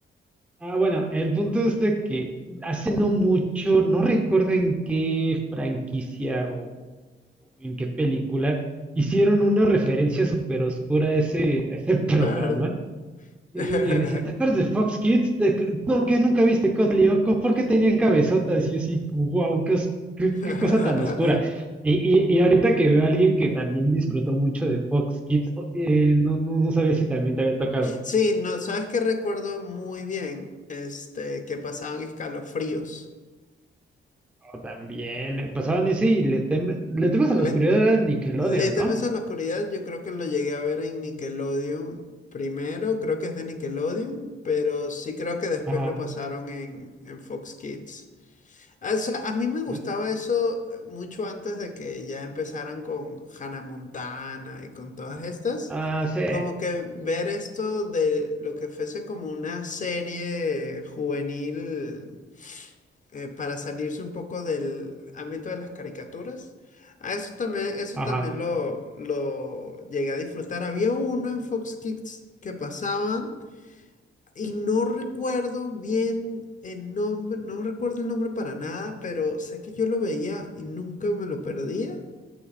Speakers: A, in the centre; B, on the left.
A: Ah, bueno, el punto es de que hace no mucho, no recuerdo en qué franquicia o, o en qué película, hicieron una referencia súper oscura a ese, a ese <laughs> programa.
B: Claro.
A: Y,
B: <laughs>
A: y decían, ¿te acuerdas de Fox Kids? ¿De que- ¿Por qué nunca viste Cotli Oco? ¿Por qué tenían cabezotas? Y yo así, wow, qué, os- qué-
B: <laughs>
A: qué cosa tan oscura. Y, y- y ahorita que veo a alguien que también disfrutó mucho de Fox Kids, o- eh, no, no, no sabía si también te había tocado.
B: Sí, no, ¿sabes qué recuerdo muy bien? Este, que pasaban escalofríos.
A: O también eh, pasaban ese y le, tem- le temes a la
B: Le,
A: oscuridad era Nickelodeon,
B: Le temes
A: ¿no?
B: a la oscuridad, yo creo que lo llegué a ver en Nickelodeon primero, creo que es de Nickelodeon, pero sí creo que después
A: Ajá.
B: lo pasaron en, en Fox Kids. Ah, O sea, a mí me gustaba
A: ¿Eh?
B: eso eh, mucho antes de que ya empezaran con Hannah Montana y con todas estas.
A: Ah, sí.
B: Como que ver esto de lo que fuese como una serie juvenil eh, para salirse un poco del ámbito de las caricaturas. Ah, eso también, eso
A: Ajá.
B: también lo, lo llegué a disfrutar. Había uno en Fox Kids que pasaban y no recuerdo bien el nombre, no recuerdo el nombre para nada, pero sé que yo lo veía y nunca me lo perdía.